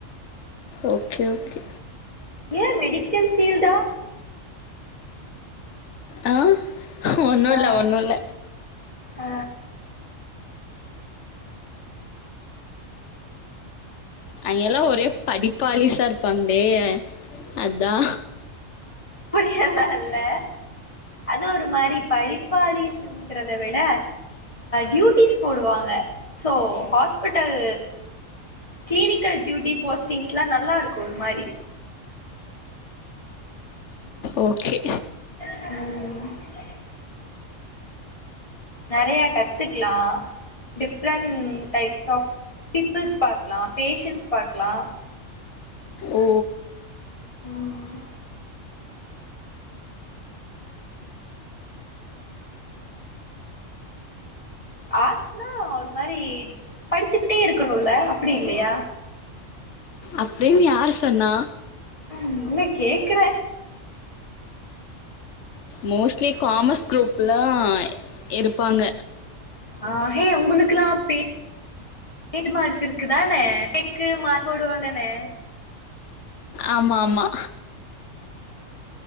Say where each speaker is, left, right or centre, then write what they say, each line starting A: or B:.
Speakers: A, on the left; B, on the left.
A: ஓகே ஓகே.
B: ஏன் மெடிக்கல் ஃபீல்டா
A: ஆ ஒண்ணு
B: ஆ
A: இல்ல ஒண்ணு இல்ல.
B: ஆ
A: ஐய அங்கல்லா ஒரே படிப்பாலிஸா இருப்பாங்களே அதா
B: பிடி எல்லா இல்ல அது ஒரு மாரி படிப்பாலீஸ்ங்கறத விட டியூட்டிஸ் போடுவாங்க சோ ஹாஸ்பிட்டல் கிளினிக்கல் டியூட்டி போஸ்ட்டிங்ஸ்லா நல்லா இருக்கு ஒரு மாரி.
A: ஓகே
B: ம் நெறைய கத்துக்லா டிஃப்ரெண்ட் டைப்ஸ் ஆஃப் பீப்பிள்ஸ் பாக்லா பேஷன்ஸ் பாக்லா
A: ஓ
B: ம் ஆர்ட்ஸ்னா ஒரு மாரி படிச்சுக்கிட்டே இருக்கணுல்ல அப்பிடி இல்லயா?
A: அப்டின்னு யாரு சொன்னா?
B: ம் இல்ல கேக்குற.
A: மோஸ்ட்லி காமர்ஸ் குரூப்லா இரு ப்பாங்க
B: ஆ ஹே உங்களுக்கெல்லா பே பேஜ் மார்க் இருக்குதானே பேஜ்க்கு மார்க் போடுவாங்கதானே?
A: ஆமா ஆமா.